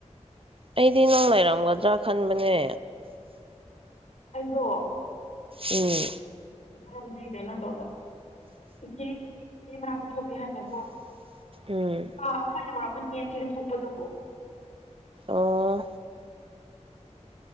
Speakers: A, on the right; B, on the left.
A: ꯑꯩꯗꯤ ꯅꯪ ꯂꯩꯔꯝꯒꯗ꯭ꯔꯥ ꯈꯟꯕꯅꯦ
B: ꯑꯩꯗꯣ
A: ꯎꯝ
B: ꯍꯥꯏꯕꯗꯤ ꯀꯩꯅꯣ ꯇꯧꯕ ꯏꯆꯦ ꯃꯅꯥꯛꯇ ꯊꯣꯛꯀꯦ ꯍꯅꯀꯣ
A: ꯎꯝ
B: ꯑꯃ ꯌꯧꯔꯝꯃꯅꯤ ꯁꯤꯗ ꯊꯣꯛꯄꯗꯣ ꯍ
A: ꯑꯣꯥ